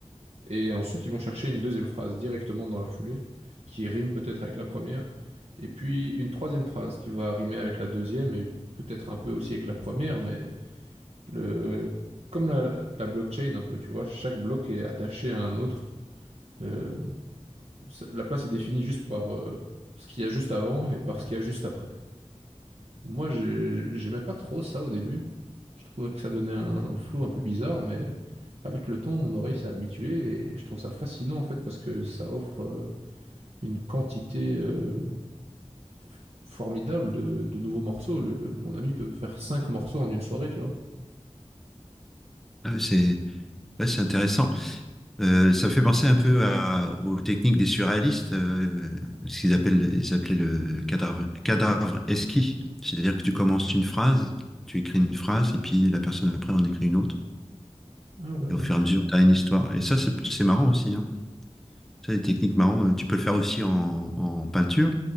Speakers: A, on the right; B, in the centre.
A: Et ensuite, ils vont chercher une deuxième phrase directement dans la foulée, qui rime peut-être avec la première, et puis une troisième phrase qui va rimer avec la deuxième, et peut-être un peu aussi avec la première, mais le... comme la, la blockchain un peu, tu vois, chaque bloc est attaché à un autre. Euh, ça- la place est définie juste par euh, ce qu'il y a juste avant et par ce qu'il y a juste après. Moi, j'ai- j'aimais pas trop ça au début. Je trouvais que ça donnait un, un flow un peu bizarre, mais avec le temps, mon oreille s'est habituée et je trouve ça fascinant en fait parce que ça offre euh, une quantité euh, f- formidable de, de nouveaux morceaux. Le- mon ami peut faire cinq morceaux en une soirée, tu vois.
B: Ah ouais, c'est ouais, c'est intéressant. Euh, ça fait penser un peu à- aux techniques des surréalistes, euh, ce qu'ils appellent, ils appelaient le cadavre, cadavre esquis. C'est-à-dire que tu commences une phrase, tu écris une phrase, et puis la personne après en écrit une autre.
A: Ah ouais, ouais.
B: Et au fur et à mesure, tu as une histoire. Et ça, c'est c'est marrant aussi. Hein. Ça, les techniques marrantes, euh, tu peux le faire aussi en, en peinture.